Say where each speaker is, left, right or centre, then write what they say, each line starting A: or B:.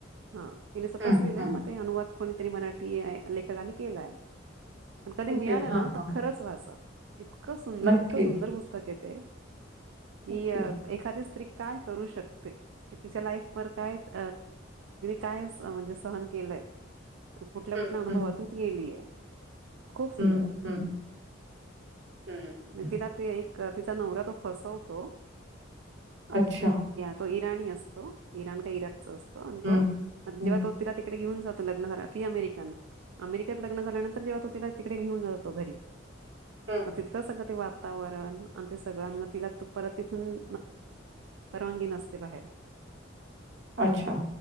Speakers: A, on the right; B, on the right.
A: हा तिने स्वतःच
B: हं,
A: लिहिलंय
B: हं.
A: मग ते अनुवाद कोणी तिरी मराठी लेखकानी केलाय. पण कधी
B: ओके.
A: मिळालं
B: हां,
A: ना
B: हां.
A: तर खरंच वाचा इतकं सुंदर
B: नक्की.
A: इतकं सुंदर पुस्तक य ते कि
B: ओके.
A: अ एखाद. काय करू शकते तिच्या लाईफ व काय त काय म्हणजे सह गलंय कुठल्या
B: हं,
A: कुठल्या अनुभवातून
B: हं,
A: ती गेलीय. खूप सुंदर
B: हं,
A: आहे
B: हं, हं,
A: म
B: हं.
A: तिला ते एक तिचा नवरा तो फसवतो
B: अच्छा.
A: तो इराणी असतो इराण का इराकचा असतो आणि
B: हं,
A: तोग
B: हं,
A: जेव तो तिरा तिकडे ेऊन जातो लग् झाला ती अमेरिकन अमेरिकेत लग्न झाल्यानंतर जेव्हा तिला तिकडे घेऊन जातो घरी
B: हं.
A: मग तिथलं सगळं ते वातावरण आणि ते सगळं मग तिला परत तिथून परवागी न बा
B: अच्छा.